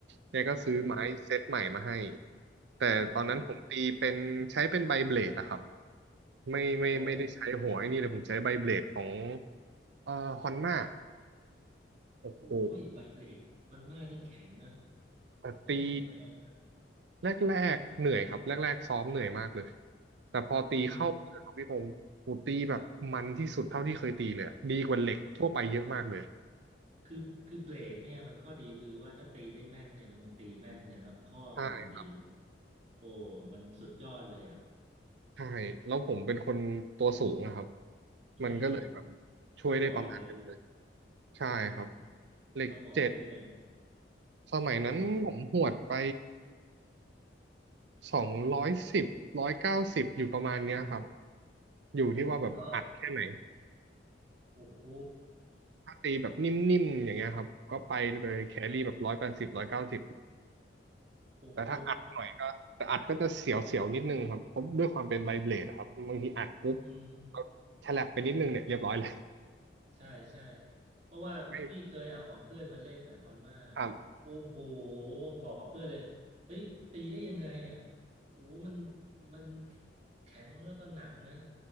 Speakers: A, on the right; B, on the right.
A: แกก็ซื้อไม้เซตใหม่มาให้
B: ๆโอ้
A: แต่ตอนนั้นผมตีเป็นใช้เป็นใบเบลดอะครับ
B: โอ้
A: ไม่ไม่ไม่ได้ใช้หัวไอ้นี่เลยผมใช้ใบเบลดของ
B: โอ้
A: เอ่อฮอนม่าโอ้โห
B: โอ้ยใบเบลดมันมากนี่แข็งนะ
A: แต่ตี
B: ต้องแข็งแรงนะ
A: แรกๆเหนื่อยครับแรกๆซ้อมเหนื่อยมากเลยแต่พอตีเข้ามือครับพี่ผมผมตีแบบมันที่สุดเท่าที่เคยตีเลยอะดีกว่าเหล็กทั่วไปเยอะมากเลย
B: นี่คือคือเบลดเนี่ยมันข้อดีคือว่าถ้าตีได้แม่นเนี่ยเป็นคนตีแม่นเนี่ยรับข้อมือดี
A: ใช่
B: โอ้มันสุดยอดเลยอ่ะ
A: ใช่แล้วผมเป็นคนตัวสูงอะครับ
B: อืม
A: มันก็เลยแบบช่วยได้ประมาณนึงเลย
B: ก็เหมาะเลย
A: ใช่ครับ
B: อืม
A: เหล็กเจ็ด
B: ก็เหมาะเลยอย่าง
A: สมัยนั้นผมหวดไปสองร้อยสิบร้อยเก้าสิบอยู่ประมาณเนี้ยครับอยู่ที่ว่าแบบอัดแค่ไหน
B: เลอะโอ้โห
A: ถ้าตีแบบนิ่มๆอย่างเงี้ยครับก็ไปเลยแครี่แบบร้อยแปดสิบร้อยเก้าสิบ
B: โอ้โห
A: แต่ถ้าอัดหน่อยก็แต่อัดก็จะเสียวๆนิดนึงครับเพราะด้วยความเป็นไบเบลดอะครับบางทีอัดปุ๊บ
B: อืมอืม
A: เราฉลับไปนิดนึงเนี่ยเรียบร้อยเลย
B: ใช่ ใช่ เพราะว่าพี่เคยเอาของเพื่อนมาเล่นอ่ะฮอนมา
A: ไม่ครับ
B: โอ้โหบอกเพื่อนเลย เฮ้ย ตีได้ยังไงอ่ะโอ้โหมันมันแข็งแล้วก็หนักนะ